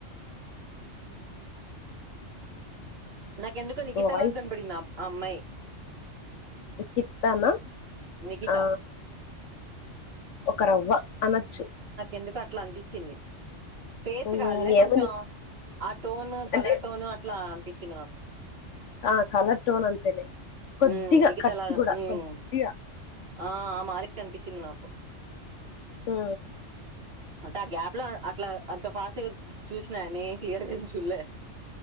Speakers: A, on the right; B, on the left.
A: నాకెందుకో నిఖితలాగా
B: వాయిస్
A: కనపడిండ్ ఆ ఆ అమ్మాయి
B: ని కిత్తన
A: నిఖిత
B: ఆ ఒక రవ్వ అనొచ్చు
A: ఎందుకు అట్లా అనిపిచ్చింది ఫేస్
B: ఉమ్
A: కాదులె
B: ఏమని
A: కొంచెం ఆ టోను కలర్
B: అంటే
A: టోను అట్లా అనిపిచ్చింది నాకు
B: ఆ కలర్ టోన్ అంతేలే కొద్దిగా
A: ఉమ్, నిఖిత
B: కట్స్
A: లాగా
B: గూడ
A: ఉమ్,
B: కొద్దిగా
A: ఆ ఆ మారె అనిపిచ్చింది నాకు
B: హు
A: అంటే ఆ గ్యాప్ లో ఆ అట్లా అంత ఫాస్ట్ గా చూస్నానే క్లియర్గా ఎం చూళ్ళే